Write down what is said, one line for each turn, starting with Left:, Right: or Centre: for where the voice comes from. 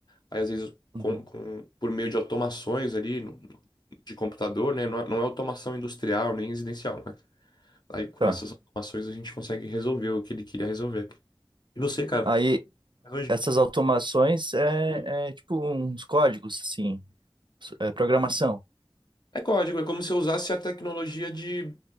Left: Aí, às vezes,
Right: uhum.
Left: com, com, por meio de automações ali no- no- de computador, né? Não, é- não é automação industrial nem residencial, né? Aí, com
Right: Tá.
Left: essas automações, a gente consegue resolver o que ele queria resolver. E você, cara?
Right: Aí,
Left: Mas Hoje
Right: essas automações é,
Left: Hum.
Right: é tipo uns códigos, assim, é programação.
Left: é código, é como se eu usasse a tecnologia de,